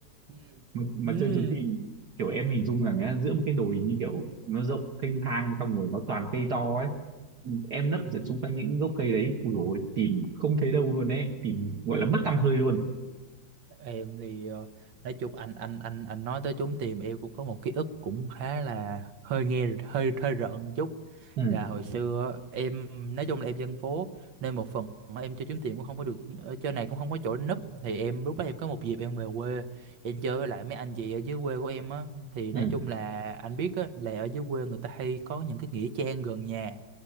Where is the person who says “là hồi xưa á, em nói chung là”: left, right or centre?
Right